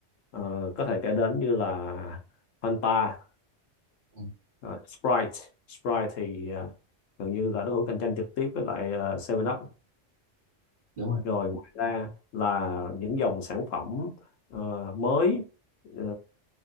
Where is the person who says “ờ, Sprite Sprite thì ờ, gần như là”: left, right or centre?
Left